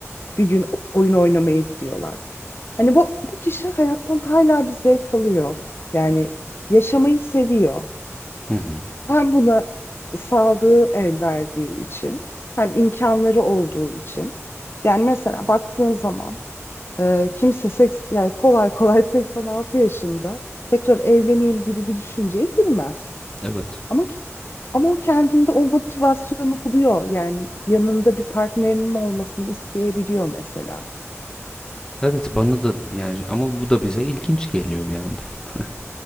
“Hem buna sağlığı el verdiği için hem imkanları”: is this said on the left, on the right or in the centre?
Left